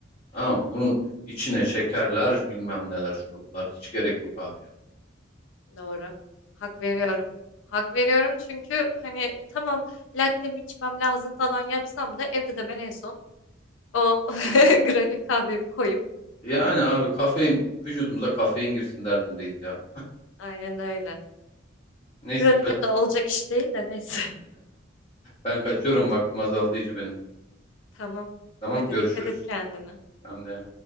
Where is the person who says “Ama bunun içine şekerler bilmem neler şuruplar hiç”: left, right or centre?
Left